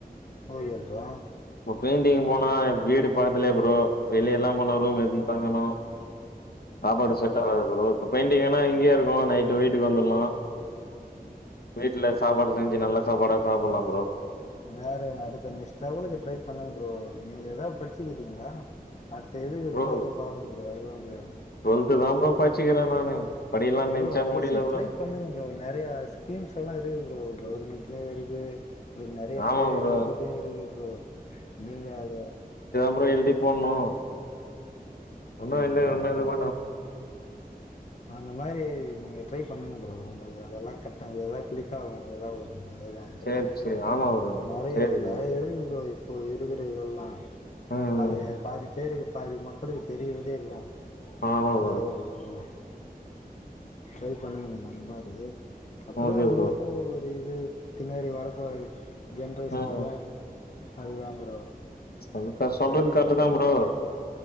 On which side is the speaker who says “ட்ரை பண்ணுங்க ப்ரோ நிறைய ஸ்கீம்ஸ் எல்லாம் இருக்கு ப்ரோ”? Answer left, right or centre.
Left